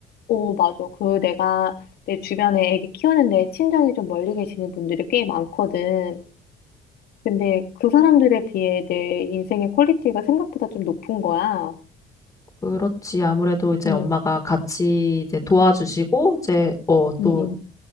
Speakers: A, on the left; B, on the left.
A: 오, 맞아. 그 내가 내 주변에 애기 키우는데 친정이 좀 멀리 계시는 분들이 꽤 많거든. 근데 그 사람들에 비해 내 인생의 퀄리티가 생각보다 좀 높은 거야.
B: 그렇지. 아무래도 이제
A: 음,
B: 엄마가 같이 이제 도와주시고, 이제, 어,
A: 응,
B: 또
A: 응.